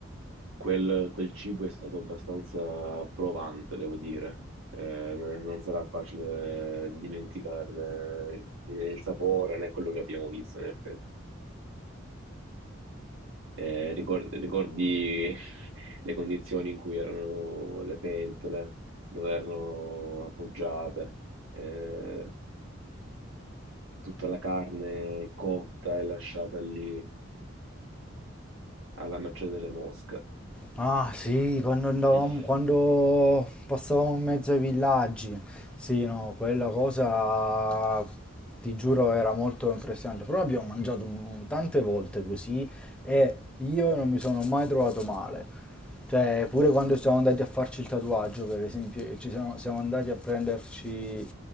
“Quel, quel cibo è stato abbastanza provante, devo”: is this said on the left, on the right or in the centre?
Right